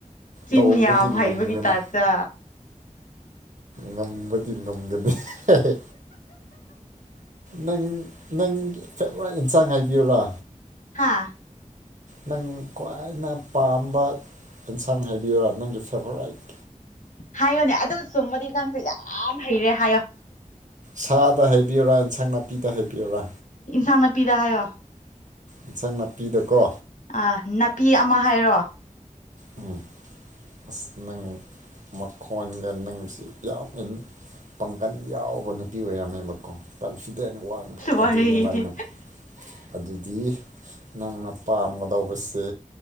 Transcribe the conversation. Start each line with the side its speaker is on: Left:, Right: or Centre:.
Left: ꯆꯤꯟ
Right: ꯇꯧꯕꯗꯤ
Left: ꯌꯥꯝ ꯍꯩꯕꯒꯤ
Right: ꯉꯝꯒꯅꯤ
Left: ꯇꯥꯏꯞꯇ
Right: ꯉꯝꯕꯗꯤ ꯉꯝꯒꯅꯤ ꯍꯦꯍꯦ ꯅꯪꯅꯪ ꯐꯦꯕꯔꯥꯢꯠ ꯢꯟꯁꯥꯡ ꯍꯥꯏꯕꯤꯌꯨꯔꯥ
Left: ꯍꯥꯥ
Right: ꯅꯪ ꯈ꯭ꯋꯥꯏꯅ ꯄꯥꯝꯕ ꯑꯦꯟꯁꯥꯡ ꯍꯥꯏꯕꯤꯌꯨꯔꯥ ꯅꯪꯒꯤ ꯐꯦꯚꯣꯔꯥꯏꯠ
Left: ꯍꯥꯏꯌꯣꯅꯦ ꯑꯗꯨ ꯆꯨꯝꯃꯗꯤ ꯅꯪꯁꯨ ꯌꯥꯝ ꯍꯩꯔꯦ ꯍꯥꯏꯌꯣ
Right: ꯁꯥꯗ ꯍꯥꯏꯕꯤꯌꯨꯔꯥ ꯏꯟꯁꯥꯡ ꯅꯥꯄꯤꯗ ꯍꯥꯏꯕꯤꯌꯨꯔꯥ
Left: ꯏꯟꯁꯥꯡ ꯅꯥꯄꯤꯗ ꯍꯥꯏꯌꯣ
Right: ꯏꯟꯁꯥꯡ ꯅꯥꯄꯤꯗꯀꯣ
Left: ꯑ ꯅꯥꯄꯤ ꯑꯃ ꯍꯥꯏꯔꯣ
Right: ꯎꯝ ꯑꯁ ꯅꯪ ꯃꯈꯣꯟꯒ ꯅꯪꯁꯤ ꯌꯥꯝ ꯏꯟ ꯄꯥꯡꯒꯟ ꯌꯥꯎꯕ ꯅꯨꯄꯤ ꯑꯣꯏꯔꯝꯃꯦꯕꯀꯣ ꯀꯟꯐꯤꯗꯦꯟ ꯋꯥꯡꯕ
Left: ꯋꯥꯔꯤꯗꯤ
Right: ꯑꯗꯨꯅꯦꯕ ꯑꯩꯅ ꯑꯗꯨꯗꯤ ꯅꯪꯅ ꯄꯥꯝꯒꯗꯧꯕꯁꯦ